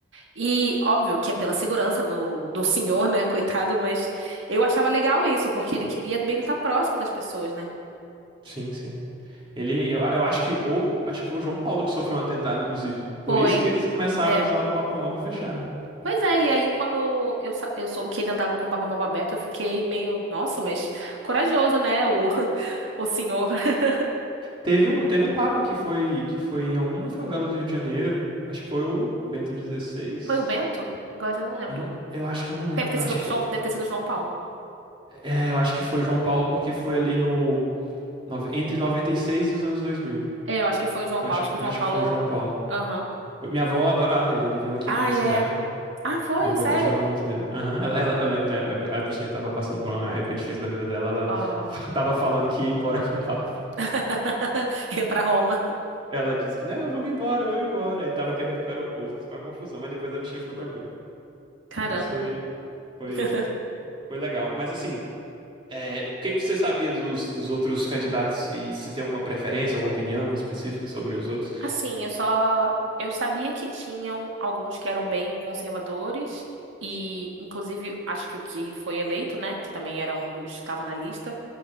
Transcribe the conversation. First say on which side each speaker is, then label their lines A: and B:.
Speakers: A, on the right; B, on the right.
A: E óbvio que é pela segurança do, do senhor, né? Coitado, mas eu achava legal isso, porque ele queria mesmo estar próximo das pessoas, né?
B: Sim, sim. Ele, eu, eu acho que, ou, acho que foi o João Paulo que sofreu um atentado, inclusive. Por
A: Foi,
B: isso que eles começaram
A: é.
B: a usar o Papa Móvel fechado.
A: Pois é, e aí quando eu, sa- eu soube que ele andava com o papamóvel aberto, eu fiquei meio, nossa, mas corajoso, né? O, <laughs> o senhor. <laughs>
B: Teve um, teve um papa que foi, que foi em alguma favela do Rio de Janeiro. Acho que foi o Bento XVI.
A: Foi o Bento? Agora já não lembro.
B: Eu não, eu acho que eu não lembro.
A: Deve ter
B: Eu
A: sido
B: acho que
A: o
B: foi,
A: João, deve ter sido o João Paulo.
B: é, eu acho que foi o João Paulo porque foi ali no Nove- Entre noventa e seis e os anos dois mil
A: É, eu acho que foi o João
B: Acho
A: Paulo, acho
B: que,
A: que o
B: acho
A: João Paulo.
B: que foi o João Paulo.
A: Aham.
B: Minha avó adorava ele, ele veio aqui
A: Ah,
B: na minha cidade.
A: é. Ah, foi,
B: Minha avó
A: sério?
B: gostava muito dele. Aham, ela, ela- eu lembro, né, a bichinha tava passando por uma época difícil da vida dela, ela
A: Ó.
B: <laughs> tava falando que ia embora <laughs> com o Papa.
A: <laughs> Ia pra Roma.
B: Ela disse que, não, vamos embora, vamos embora. E tava querendo ir pro aeroporto. Foi uma confusão, mas depois a bichinha ficou tranquila.
A: Caramba.
B: Mas foi, foi,
A: <laughs>
B: foi legal. Mas assim, é, o que que você sabia dos, dos outros candidatos? E se tem alguma preferência, alguma opinião específica sobre os outros?
A: Assim, eu só. Eu sabia que tinham alguns que eram bem conservadores, e inclusive acho que o que foi eleito, né? Que também era um dos que estava na lista.